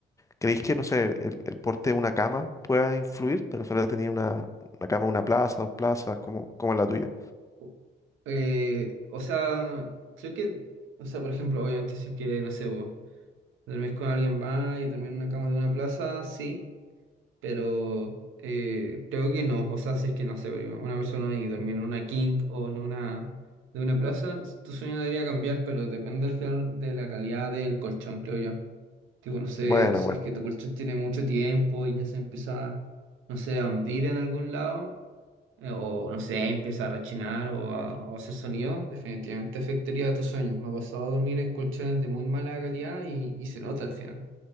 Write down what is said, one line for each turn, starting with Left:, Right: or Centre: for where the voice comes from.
Left: creéis que, no sé, el, el porte de una cama pueda influir? De casualidad tenía una, una cama, una plaza, dos plazas, como, como es la tuya.
Right: O- eh, o sea, creo que, o sea, por ejemplo, obviamente si es que, no sé, vos dormís con alguien más y dormir en una cama de una plaza, sí. pero eh, creo que no. O sea, si es que no sé, una persona y dormir en una king o en una de una plaza, tu sueño debería cambiar, pero depende al final de la calidad del colchón, creo yo. Tipo, no sé,
Left: Bueno,
Right: si
Left: bueno.
Right: es que tu colchón tiene mucho tiempo y ya se empieza, no sé, a hundir en algún lado, eh, o no sé, empieza a rechinar o a, o a hacer sonido, definitivamente afectaría a tus sueños. Me ha pasado a dormir en colchones de muy mala calidad y, y se nota al final